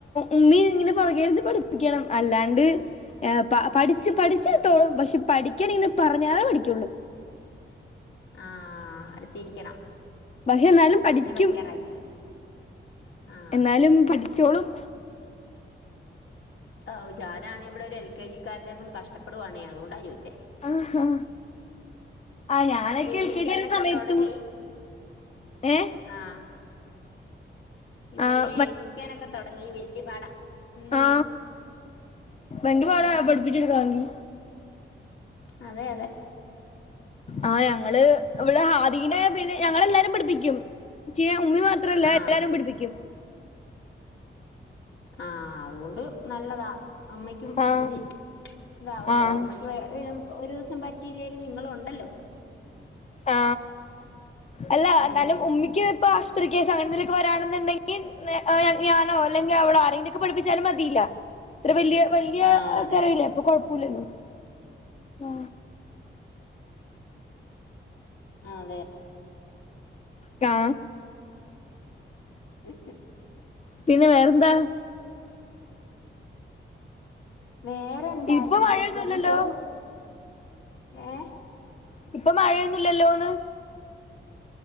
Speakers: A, on the left (about 35°); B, on the left (about 80°).
A: ഉമ്മി ഇങ്ങനെ പൊറകെ ഇരുന്ന് പഠിപ്പിക്കണം അല്ലാണ്ട് ഏഹ് പ പഠിച്ച് പഠിച്ചെടുത്തോളും
B: ആഹ്
A: പക്ഷേ പഠി ക്കന്നെന്ന് പറഞ്ഞാലേ പഠിക്കുള്ളൂ
B: ആഹ അടുത്തിരിക്കണം
A: പക്ഷെ എന്നാലും പഠിക്കും
B: തന്നെ പഠിക്കാറായില്ല ആഹ്
A: എന്നാലും പഠിച്ചോളും
B: ആഹ് ഞാനാണെ ഇവിടെ രു എൽ കെ ജിക്കാരനെ കൊണ്ട് കഷ്ടപ്പെടുവാണേ അതുകൊണ്ടാ ചോ ച്ചെ
A: ആഹ് ആഹ് ഞാനൊക്കെ
B: എയിക്കാനൊക്കെ
A: എൽ കെ ജി ആയിരുന്ന സമയത്തും
B: തൊടങ്ങി
A: ഏഹ്
B: ആ ഇവനെ
A: ആഹ്
B: എഴിക്കാനൊക്കെ തുടങ്ങി വെ പാടാ ഉം
A: ആ ഭയങ്കര പാടാ
B: അതെ
A: പഠിപ്പിച്ച്ടുക്കാങ്കി
B: അതെ അതെ
A: ആ ഞങ്ങള് ഇവിടെ ഹാദീനെ പിന്നെ ഞങ്ങളെല്ലാരും പഠിപ്പിക്കും <unintelligible> ഉമ്മി മാത്രല്ല
B: ആഹ്
A: എല്ലാരും പിടിപ്പിക്കും
B: ആ ആ അത് കൊണ്ട് നല്ലതാ അമ്മയ്ക്കും
A: ആഹ്
B: ഇച്ചിരി ഇതാവുല്ലോ
A: ആഹ്
B: അമ്മയ്ക്ക് ഒരു ദിസം പറ്റിയില്ലെലും നിങ്ങളോണ്ടല്ലോ
A: ആ അല്ല
B: ഉം
A: ന്നാലും ഉമ്മിക്ക് ഇപ്പ ആശുത്രി കെസ് അങ്ങനേന്തെല്ക്കെ വരാണെന്നുണ്ടങ്കി ഞാനോ അല്ലെങ്കിൽ അവളോ ആരെങ്കിലൊക്കെ പഠപ്പിച്ചാലും മതിയില്ല ഇത്ര വലിയ വല്ല്യ <unintelligible>
B: ആഹ് അതെ
A: അപ്പൊ കൊഴപ്പോല്ലല്ലോ ആ
B: ആ അതെ
A: കാ
B: ഉ
A: പിന്നെ വേറെന്താ
B: വേറെന്താ
A: ഇപ്പൊ
B: ഇങ്ങനെയൊക്കെയങ്ങ്
A: മഴയൊന്നുല്ലല്ലോ
B: പോവുന്നു ഏ
A: ഇപ്പൊ മഴയൊന്നുംല്ലല്ലോന്ന്